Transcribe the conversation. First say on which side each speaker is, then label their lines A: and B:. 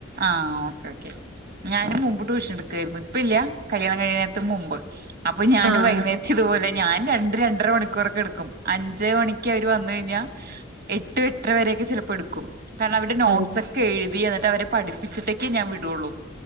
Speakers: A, on the right; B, on the right.
A: ആഹ് ഓക്കേ ഓക്കെ ഞാനും മുമ്പ് ട്യൂഷൻ എടുക്കുവായിരുന്നു. ഇപ്പ ഇല്ല്യാ കല്യാണം കഴിയണേത്തും മുമ്പ് അപ്പോ ഞാനും
B: ആഹ്
A: വൈകുന്നേ ഇതുപോലെ ഞാൻ രണ്ട് രണ്ടര മണിക്കൂറൊക്കെ എടുക്കും അഞ്ചര മണിക്ക് അവര് വന്ന് കഴിഞ്ഞാൽ എട്ട് എട്ടര വരൊക്കെ ചെലപ്പോ എടുക്കും കാരണം അവരുടെ നോട്ട്സ്
B: ആഹ്. അത്
A: ഒക്കെ എഴുതി എന്നിട്ട് അവരെ പഠിപ്പിച്ചിട്ടൊക്കേ ഞാൻ വിടുള്ളൂ